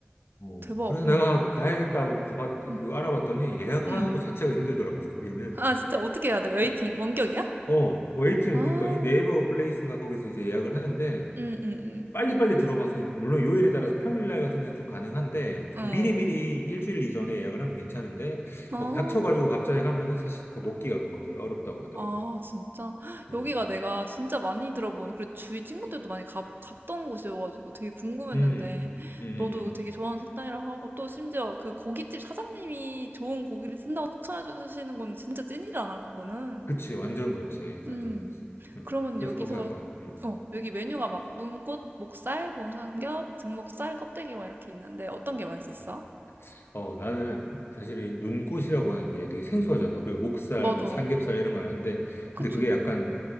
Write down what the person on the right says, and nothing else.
대박,
응,
응,
응.
아, 진짜 어떻게 해야 돼? 웨이팅,
원격이야?
아,
응, 응,
응,
어,
어.
아, 진짜?
여기가 내가 진짜 많이 들어본, 그리고 주위 친구들도 많이 가, 갔던 곳이어가지고 되게 궁금했는데,
너도
되게 좋아하는 식당이라고 하고, 또 심지어 그 고깃집 사장님이 좋은 고기를 쓴다고 추천해 주시는 건 진짜 찐이잖아, 그거는.
음,
그러면
여기서,
어, 여기 메뉴가 막 눈꽃, 목살, 봄삼겹, 등목살, 껍데기 막 이렇게 있는데, 어떤 게 맛있었어?
맞아.
그치?